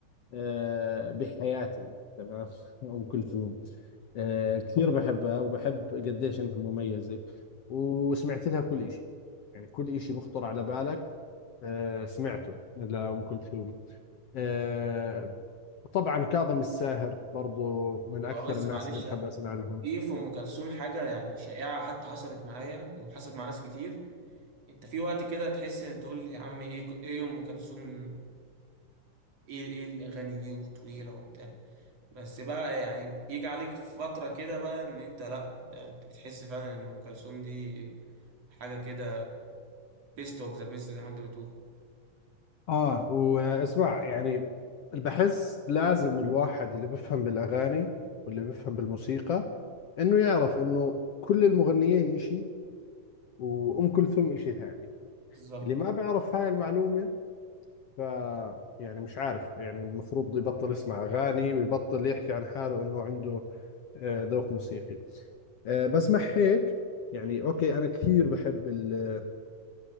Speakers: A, on the left (about 60°); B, on the right (about 50°).
A: آه، بحياتي تمام <laughs> أم كلثوم آه، كثير بحبها وبحب قديش إنها مميزة وسمعت لها كل إشي يعني كل إشي بخطر على بالك آه، سمعته لأم كلثوم آه، طبعا كاظم الساهر برضو من أكثر
B: هو بس
A: الناس
B: معلش
A: اللي بحب أسمع لهم
B: في في أم كلثوم حاجة يعني شائعة حتى حصلت معايا وحصلت مع ناس كتير أنت في وقت كده تحس إن تقول يا عم إيه إيه أم كلثوم إيه إيه الأغاني دي وطويلة وبتاع بس بقى يعني بيجي عليك فترة كده بقى ان انت لا ده انت بتحس فعلا ان ام كلثوم دي حاجة كده بيست اوف ذا بيست زي ما انت بتقول
A: آه واسمع يعني بحس لازم الواحد اللي بيفهم بالأغاني واللي بيفهم بالموسيقى إنه يعرف إنه كل المغنيين إشي وأم كلثوم إشي ثاني
B: بالظبط
A: اللي ما بيعرف هاي المعلومة ف يعني مش عارف يعني المفروض يبطل يسمع أغاني ويبطل يحكي عن حاله إنه عنده آه، ذوق موسيقي آه، بس مع هيك يعني أوكي أنا كثير بحب ال-